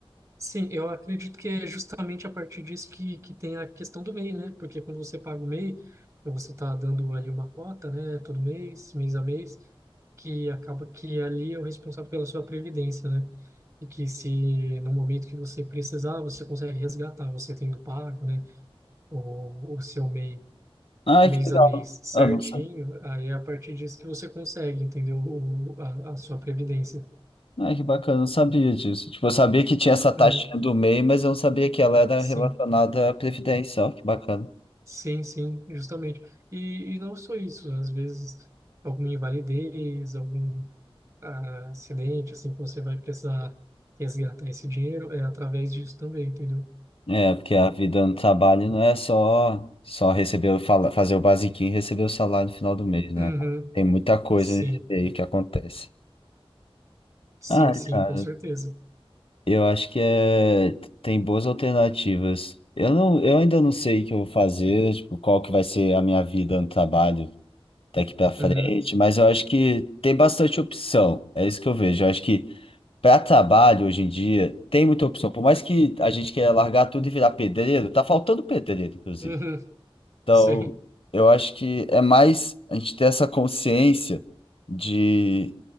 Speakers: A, on the right; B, on the left.
A: Sim, eu acredito que é justamente a partir disso que, que tem a questão do MEI, né? Porque quando você paga o MEI, você está dando ali uma cota, né? Todo mês, mês a mês, que acaba que ali é o responsável pela sua previdência, né? E que se no momento que você precisar, você consegue resgatar, você tendo pago, né? O, o seu MEI
B: Ai,
A: mês
B: que legal.
A: a mês certinho,
B: Ah, não sabia.
A: aí é a partir disso que você consegue, entendeu? O, a, a sua previdência.
B: Ai, que bacana, não sabia disso. Tipo, eu sabia que tinha essa taxinha
A: Uhum,
B: do MEI, mas eu não sabia que ela era
A: sim.
B: relacionada à previdência. Ó, que bacana.
A: Sim, sim, justamente. E, e não só isso, às vezes alguma invalidez, algum ah, acidente, assim, que você vai precisar resgatar esse dinheiro, é através disso também, entendeu?
B: É, porque a vida no trabalho não é só só receber, o fala- fazer o basiquinho e receber o salário no final do mês, né?
A: Uhum,
B: Tem muita coisa
A: sim,
B: aí que acontece.
A: sim,
B: Ai,
A: sim,
B: cara.
A: com certeza.
B: Eu acho que é, tem boas alternativas. Eu não, eu ainda não sei o que eu vou fazer, tipo, qual que vai ser a minha vida no trabalho daqui pra frente,
A: Uhum,
B: mas eu acho que tem bastante opção. É isso que eu vejo. Eu acho que para trabalho hoje em dia tem muita opção. Por mais que a gente queira largar tudo e virar pedreiro, tá faltando pedreiro, inclusive.
A: uhum, <laughs>
B: Então,
A: sim,
B: eu acho que é mais a gente ter essa consciência de